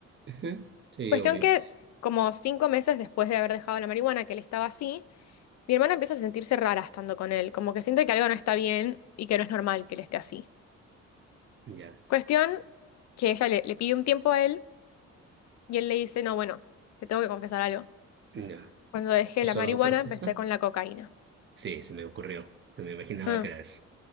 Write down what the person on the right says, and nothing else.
ujú. Sí,
obvio.
Ya,
ya.
¿Usaba
otra cosa?
Sí, se me ocurrió. Se me imaginaba
que era
eso.